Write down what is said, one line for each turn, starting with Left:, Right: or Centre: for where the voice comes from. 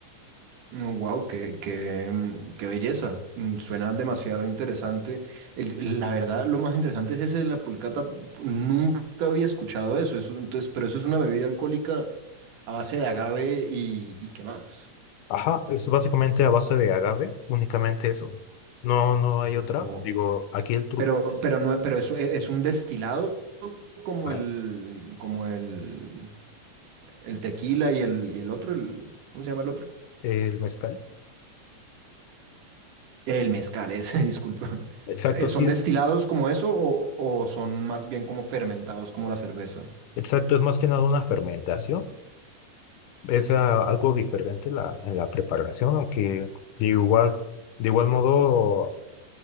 Right: Wow, qué, qué, mm, qué belleza. Mm, Suena demasiado interesante. El- la verdad, lo más interesante es ese de la pulcata. Nunca había escuchado eso. Es un- entonces, pero eso es una bebida alcohólica a base de agave y, y qué más.
Left: Ajá, es básicamente a base de agave, únicamente eso. No, no hay otra.
Right: O-
Left: Digo, aquí el truco.
Right: pero, pero no, pero eso es, es un destilado como
Left: Ah,
Right: el, como el, el tequila y el, y el otro, el, ¿cómo se llama el otro?
Left: El mezcal.
Right: El mezcal, ese, <laughs> disculpa.
Left: Exacto,
Right: Eh, ¿Son
Left: sí es.
Right: destilados como eso o, o son más bien como fermentados como la cerveza?
Left: Exacto, es más que nada una fermentación es ah, algo diferente la, en la preparación, aunque de igual, de igual modo,